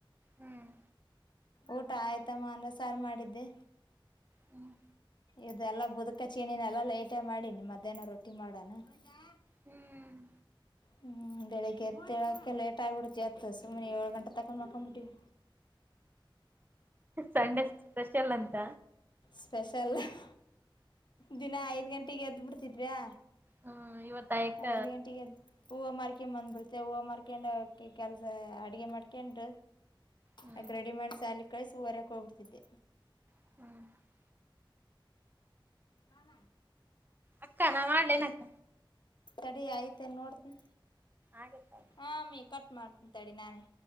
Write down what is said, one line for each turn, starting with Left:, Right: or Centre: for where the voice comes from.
Right: ಹ್ಮ್
Left: ಊಟ ಆಯ್ತಮ್ಮ ಅನ್ನ ಸಾರು ಮಾಡಿದ್ದೆ.
Right: ಹ್ಮ್
Left: ಇದೆಲ್ಲಾ ಬುದಕ ಅಚೀಣಿನೆಲ್ಲಾ ಲೈಟ್ ಮಾಡೀನಿ ಮಧ್ಯಾಹ್ನ ರೊಟ್ಟಿ ಮಾಡಣ. ಬಂದ್ಯಾ
Right: ಹ್ಮ್
Left: ಹ್ಞೂ ಬೆಳಿಗ್ಗೆ ಎದೇಳಕ್ಕೆ ಲೇಟ್ ಆಗಿಬಿಡ್ತ್ ಇವತ್ತು ಸುಮ್ಮನೆ ಏಳು ಗಂಟೆ ತಕ ಮಕ್ಕೊಂಬಿಟ್ಟೀವಿ.
Right: ಸಂಡೆ ಸ್ಪೆಷಲ್ ಅಂತ.
Left: ಸ್ಪೆಷಲ್ ಹ ದಿನ ಐದು ಗಂಟೆಗೆ ಎದ್ ಬಿಡ್ತಿದ್ವ್ಯಾ.
Right: ಹ್ಮ್ ಇವತ್ತ ಅಯಕ್ಕ
Left: ಐದು ಗಂಟೆಗೆದ್ದ್ ಹೂವ ಮಾರ್ಕೆಂಬಂದ್ ಬಿಡ್ತೆ ಹೂವು ಮಾರ್ಕೆಂಡು ಕೆ ಕೆಲ್ಸ ಅಡ್ಗೆ ಮಾಡ್ಕೆಂಡು.
Right: ಹ್ಮ್
Left: ಅಕ ರೆಡಿಮಾಡಿ ಸಾಲಿಕಳಿಸಿ ಒರ್ಯಾಕೋಗ್ಬಿಡ್ತಿದ್ದೆ.
Right: ಹ್ಮ್
Left: ಬಾಮ
Right: ಅಕ್ಕ ನಾ ಮಾಡ್ಲೇನ್ ಅಕ್ಕ.
Left: ತಡಿ ಆಯ್ತೆನ್ ನೋಡ್ತ್ನಿ.
Right: ಆಗೆತ.
Left: ಹಾ ಅಮಿ ಕಟ್ ಮಾಡ್ತಿಂತಡಿ ನಾನೇ.